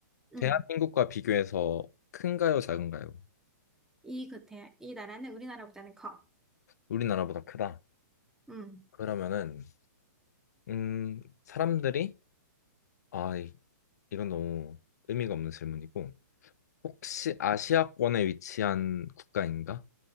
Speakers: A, on the left (about 60°); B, in the centre.
A: 대한민국과
B: 음.
A: 비교해서 큰가요, 작은가요?
B: 이 겉에, 이 나라는 우리나라보다는 커.
A: 우리나라보다 크다.
B: 음,
A: 그러면은 음, 사람들이 아, 이- 이건 너무 의미가 없는 질문이고 혹시 아시아권에 위치한 국가인가?